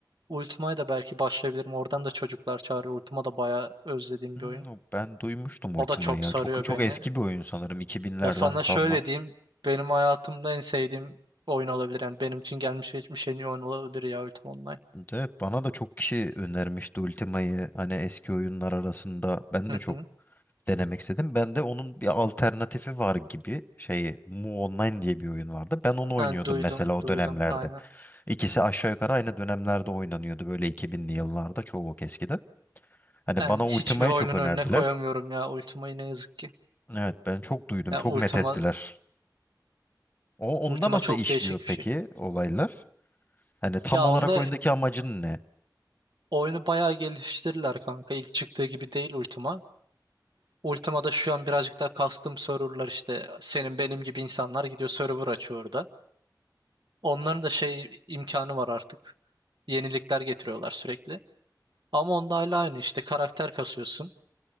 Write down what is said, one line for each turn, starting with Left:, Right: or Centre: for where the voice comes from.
Right: Ultima'ya da belki başlayabilirim. Oradan da çocuklar çağırıyor. Ultima da bayağı özlediğim
Left: Hmm,
Right: bir oyun.
Left: ben duymuştum Ultima
Right: O da çok
Left: ya.
Right: sarıyor
Left: Çok çok
Right: beni.
Left: eski bir oyun sanırım 2000'lerden
Right: Ya sana
Left: kalma.
Right: şöyle diyeyim. Benim hayatımda en sevdiğim oyun olabilir. Yani benim için gelmiş geçmiş en iyi oyun olabilir ya Ultima Online.
Left: Evet bana da çok kişi önermişti Ultima'yı hani eski oyunlar arasında. Ben
Right: Hı
Left: de çok
Right: hı.
Left: denemek istedim. Ben de onun bir alternatifi var gibi şeyi Mu Online diye bir oyun vardı. Ben onu oynuyordum
Right: Yani duydum,
Left: mesela o
Right: duydum.
Left: dönemlerde.
Right: Aynen.
Left: İkisi aşağı yukarı aynı dönemlerde oynanıyordu böyle 2000'li yıllarda çoğu çok eskiden. Hani
Right: Ben
Left: bana
Right: hiçbir
Left: Ultima'yı
Right: oyunun
Left: çok önerdiler.
Right: önüne koyamıyorum ya Ultima'yı ne yazık ki.
Left: Evet ben çok duydum,
Right: Ya
Left: çok
Right: Ultima,
Left: met ettiler. O onda
Right: Ultima
Left: nasıl
Right: çok
Left: işliyor
Right: değişik bir
Left: peki
Right: şey.
Left: olaylar? Hani tam
Right: Ya
Left: olarak
Right: onda
Left: oyundaki amacın ne?
Right: oyunu bayağı geliştirirler kanka. İlk çıktığı gibi değil Ultima. Ultima'da şu an birazcık daha custom serverlar işte senin benim gibi insanlar gidiyor server açıyor orada. Onların da şey imkanı var artık. Yenilikler getiriyorlar sürekli. Ama onda hala aynı işte karakter kasıyorsun.